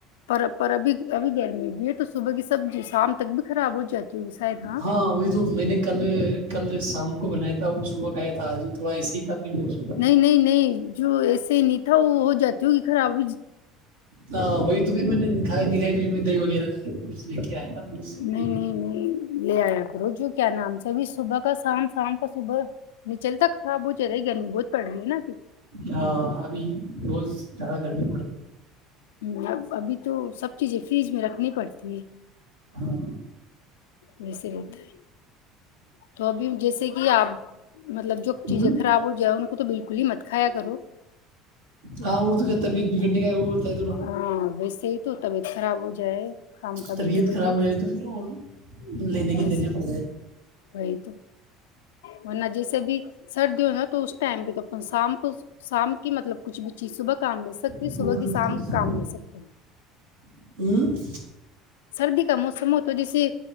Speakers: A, on the left; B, on the right.
A: پر پر ابھی ابھی گرمی بھی ہے تو صبح کی سبزی شام تک بھی خراب ہو جاتی ہوگی شاید
B: ہاں وہی تو میں نے کل کل شام کو بنایا تھا وہ صبح کھیا تھا آج تھوڑا ایسے ہی تھا پھر وہ میں
A: نہیں نہیں نہیں جو ایسے ہی نہیں تھا وہ ہو جاتی ہوگی خرابی
B: ہ وہی تو پھر میں نے دکھائی دکھائی میں دی وغیرہ لے کے آیا تھا پھر اس سے کھائی
A: نہیں
B: تھی
A: نہیں
B: میں
A: نہیں لے آیا روجو کیا نام سے ابھی صبح کا شام شام کا صبح نچل ت خراب ہو ج رہی گ ن بہت پڑ گی نا کہ
B: ہاں ابھی روز ج گھر بھی
A: ہ ا ابھی تو سب چیزیں فریج میں رکھنی پڑتی ہے
B: ہاں
A: بسی رہت ہے تو ابھی جیسے کہ آپ مطلب جو
B: ہوں
A: چیزیں خراب ہو جائے ان تو بالکل ہی مت کایا کرو
B: ہاں وہ تو کہتا ہے بیت بھی کرنے کا وہ ہوتا ہے تھوڑا
A: ہاں ویسے ہی تو طبیعت خراب ہو جائے کام کا
B: طبیعت
A: بیٹھے بیٹھے
B: خراب ہو جائے تو پھر اور لینے کی
A: بس
B: دینے پڑ جائے
A: وہی تو ورنہ جیسے بھی سردی ہو نا تو اس ٹائم پہ تو اپ شام کو شام کی مطلب کچھ بھی جی صبح کام لے سکتے
B: اور
A: صبح کی
B: نہیں
A: شام
B: تو کیا
A: کام ل سکتے
B: ہوں
A: سردی کا موسم ہو تو جیسے